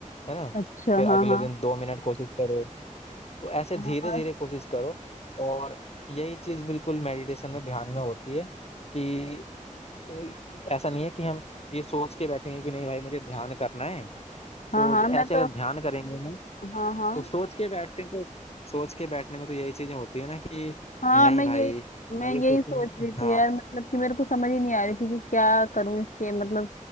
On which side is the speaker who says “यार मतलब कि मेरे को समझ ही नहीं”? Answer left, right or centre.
Left